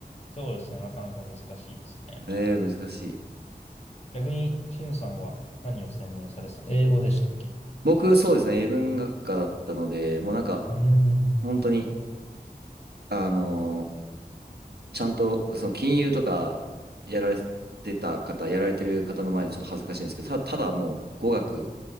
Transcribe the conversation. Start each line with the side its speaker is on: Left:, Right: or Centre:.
Left: そうですね。なかなか難しいですね。
Right: ええー難しい。
Left: 逆に、しゅんさんは何を専門にされてた英語でしたっけ
Right: 僕、そうですね。英文学科だったので、もうなんか、
Left: うーん。
Right: 本当に、あのーちゃんと、その金融とかやられてた方、やられてる方の前でちょっと恥ずかしいんですけど、た、ただもう語学、